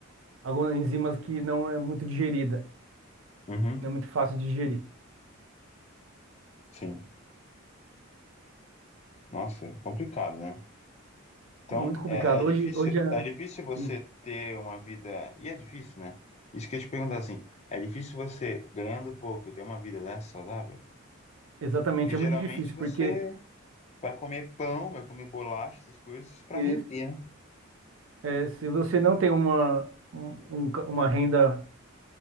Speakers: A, on the right; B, on the left.
A: algumas enzimas que não é muito digerida,
B: Uhum.
A: não é muito fácil de digerir.
B: Sim. Nossa, é complicado, né? Então,
A: Muito complicado.
B: é, é difícil,
A: Hoje, hoje é,
B: é difícil você
A: sim,
B: ter uma vida. E é difícil, né? Isso que eu ia te perguntar assim, é difícil você, ganhando pouco, ter uma vida dessa saudável?
A: exatamente,
B: Porque
A: é
B: geralmente
A: muito difícil,
B: você
A: porque
B: vai comer pão, vai comer bolacha, essas coisas, pra
A: eh,
B: render, né?
A: eh, se você não tem uma, um- um ca- uma renda,